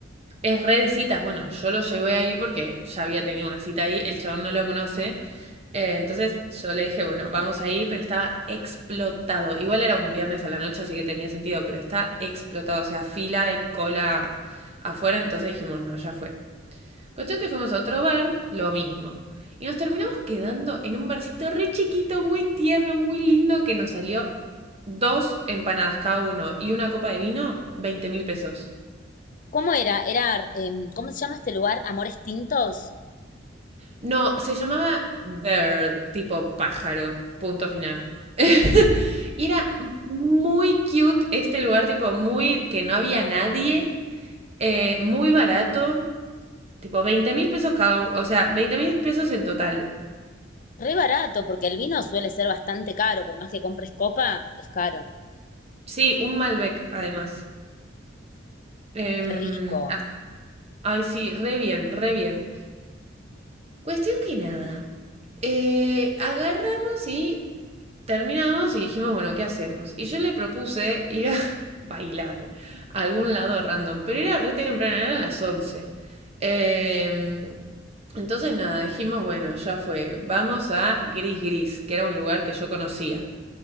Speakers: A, on the right; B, on the left.
A: Es re de citas, bueno, yo lo llevé ahí porque ya había tenido una cita ahí, el chabón no lo conoce, eh, entonces yo le dije, bueno, vamos ahí, pero estaba explotado. Igual era un viernes a la noche, así que tenía sentido, pero está explotado, o sea, fila y cola afuera, entonces dijimos, no, ya fue. Cuestión que fuimos a otro bar, lo mismo. Y nos terminamos quedando en un barcito re chiquito, muy tierno, muy lindo, que nos salió dos empanadas cada uno y una copa de vino, veinte mil pesos.
B: ¿Cómo era? Era, em, ¿cómo se llama este lugar? Amores Tintos.
A: No, se llamaba Bird, tipo pájaro, punto final. <laughs> y era muy cute este lugar, tipo muy que no había nadie, eh, muy barato, tipo veinte mil pesos cada uno, o sea, veinte mil pesos en total.
B: Re barato, porque el vino suele ser bastante caro, por más que compres copa, es caro.
A: Sí, un Malbec además. Em,
B: Qué rico.
A: ah, ay, sí, re bien, re bien. Cuestión que nada. eh, agarramos y terminamos y dijimos, bueno, ¿qué hacemos? Y yo le propuse ir a <laughs> bailar a algún lado random, pero era re temprano, eran las 11. Em, entonces nada, dijimos, bueno, ya fue, vamos a Gris Gris, que era un lugar que yo conocía.